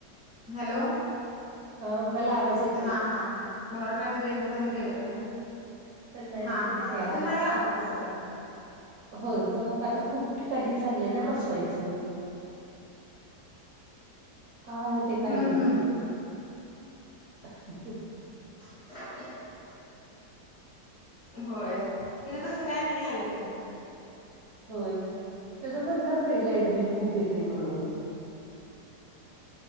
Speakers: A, on the left; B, on the right.
A: हॅलो.
B: हा मला आवाज. येते
A: हा हा मला वाटल आणि रेंज मध्ये गेले का काय.
B: नाही
A: हा
B: नाही
A: हा
B: येते
A: येथे
B: आवाज
A: नाही आला तस काय.
B: होय का? आता खूप ठिकाणी चाललय ना
A: हा
B: बसवायच.
A: हा
B: काय होते काय
A: हम्म
B: माहिती?
A: हम्म
B: <unintelligible>
A: <unintelligible> होय इथ तस काय नाही आल इथ.
B: होय, ते तर म्हणतात बाई लाईटबिल खूप येतेय म्हणून.